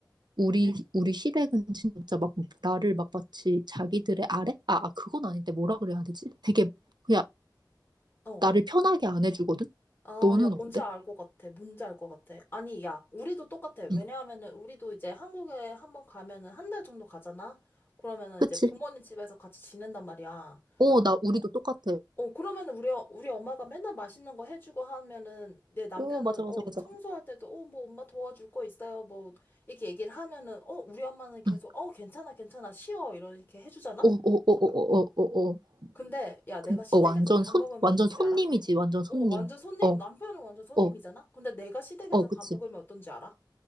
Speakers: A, on the right (about 65°); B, on the left (about 25°).
A: 우리 우리 시댁은 진짜 막 나를 막 마치 자기들의 아래 아, 아 그건 아닌데 뭐라 그래야 되지 되게 그냥
B: 어.
A: 나를 편하게 안 해주거든?
B: 아,
A: 너는
B: 야,
A: 어때?
B: 뭔지 알 것 같아. 뭔지 알 것 같아. 아니, 야, 우리도 똑같아. 왜냐하면은,
A: 응,
B: 우리도 이제 한국에 한번 가면은 한 달 정도 가잖아? 그러면은
A: 그치?
B: 이제 부모님 집에서 같이 지낸단 말이야.
A: 어, 나, 우리도 똑같아.
B: 어, 그러면 우리, 어- 우리 엄마가 맨날 맛있는 거 해주고 하면은 내 남편은
A: 어, 맞아, 맞아,
B: 어,
A: 맞아.
B: 청소할 때도 어, 뭐 엄마 도와줄 거 있어요. 뭐 이렇게 얘기를 하면은 어, 우리 엄마는 계속
A: 응.
B: 어, 괜찮아, 괜찮아, 쉬어. 이렇게 해주잖아?
A: 어, 어, 어, 어, 어, 어, 어.
B: 근데 야,
A: 그-
B: 내가 시댁에서
A: 어, 완전
B: 밥
A: 손,
B: 먹으면
A: 완전
B: 어떤지
A: 손님이지,
B: 알아?
A: 완전 손님.
B: 어, 완전 손님,
A: 어,
B: 남편은 완전 손님이잖아?
A: 어,
B: 근데 내가 시댁에서
A: 어, 그치?
B: 밥 먹으면 어떤지 알아?